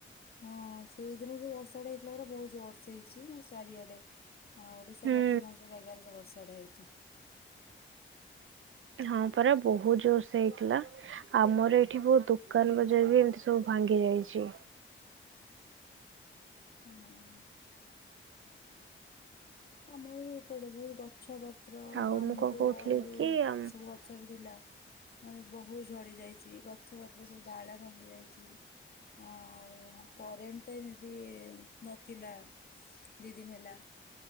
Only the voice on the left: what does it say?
ହଁ ସେଇଦିନ ଯୋଉ ବର୍ଷାଟେ ହେଇଥିଲା ପୁରା ବହୁତ୍ ଜୋର୍ ସେ ହେଇଛି ମାନେ ଚାରିଆଡେ। ହଁ ଓଡିଶାର
ଅଧିକାଂଶ ଜାଗାରେ ସେ ବର୍ଷା ଟା ହେଇଛି।
ହଁହଁ। ଆମର ବି ଏପଟେ ବହୁତ୍ ଗଛ ଗଛ ପତ୍ର
ଆମ୍ବ
ଯୋଉ
ସବୁ ଗଛରେ ଥିଲା ମାନେ ବହୁତ୍ ଝଡି ଯାଇଚି, ଗଛ ପତ୍ର ସବୁ ଡାଳ ଭାଙ୍ଗି ଯାଇଚି। ଆଉ କରେଣ୍ଟ ତ ଏମିତି ନଥିଲା ଦି ଦିନି ହେଲା।